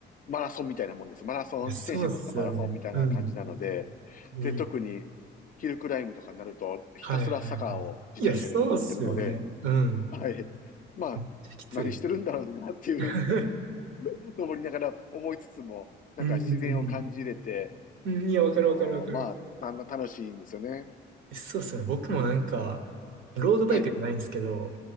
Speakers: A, on the left; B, on the right.
A: マラソンみたいなもんです。マラソン、
B: いや、そうっすよね。
A: 自転車に乗ったマラソンみたいな感じなので、
B: うん。ね。
A: で、特にヒルクライムとかになると、ひたすら坂を自転車で登ってるので、
B: はいはいいや、そうっすよね。うん。
A: はい。まあ、
B: めっちゃきつい。
A: 何してるんだろうなっていう、
B: <laughs>
A: <laughs> 登りながら思いつつも、なんか自然を感じれて、
B: うんうんうん。うん、いや、わかるわかるわかる。
A: あのーまあ、た楽しいんですよね。
B: そうっすね。僕もなんか、ロードバイクじゃないんですけど、
A: はい、